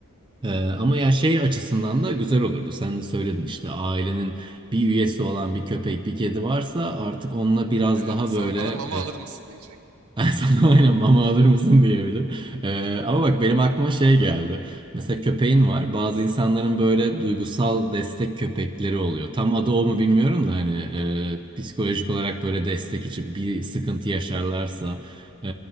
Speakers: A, on the right; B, on the right.
A: E, ama ya şey açısından da güzel olurdu. Sen de söyledin işte ailenin bir üyesi olan bir köpek, bir kedi varsa artık onunla biraz
B: Evet,
A: daha
B: sana,
A: böyle
B: bana mama alır mısın diyecek.
A: <laughs> Sana aynen mama alır mısın diyebilir. Ee, ama bak benim aklıma şey geldi. Mesela köpeğin var. Bazı insanların böyle duygusal destek köpekleri oluyor. Tam adı o mu bilmiyorum da hani e, psikolojik olarak böyle destek için bir sıkıntı yaşarlarsa e,